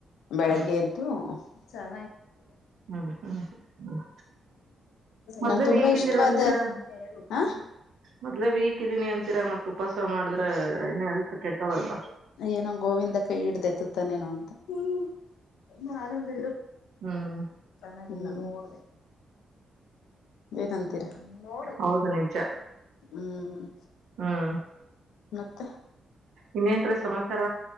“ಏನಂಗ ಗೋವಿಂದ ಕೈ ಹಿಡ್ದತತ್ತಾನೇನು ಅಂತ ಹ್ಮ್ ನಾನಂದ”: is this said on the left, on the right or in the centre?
Left